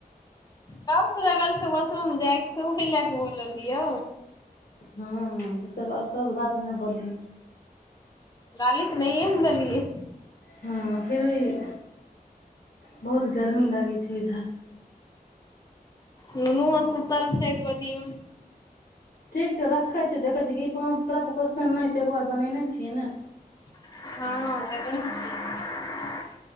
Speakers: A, on the left; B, on the left.
A: कब से लागल छे बाथरूम जायके छै उहि लाए क बोललियौ
B: हाँ ई सब अपशब्द बात नै बोलहीँ
A: गाली त नहिये देलिए
B: हूँ फिर भी बहुत गर्मी लागै छो इधर
A: नुनओ सुतल छै गोदी मे
B: ठीक छौ रखै छियौ देखै छियै ई पर तोरा पर क्वेश्चन नै एतो एक बार बनैने छिय न
A: हाँ - <unintelligible>